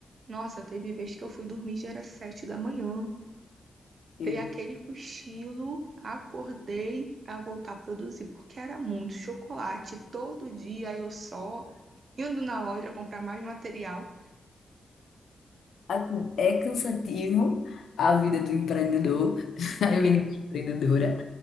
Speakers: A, on the right; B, on the left.
A: Nossa, teve vez que eu fui dormir já era sete da manhã.
B: E,
A: Dei aquele cochilo, acordei pra voltar a produzir, porque era muito chocolate. Todo dia eu só indo na loja comprar mais material.
B: Assim, é cansativo a vida do empreendedor, <laughs> a vida
A: É.
B: de empreendedora,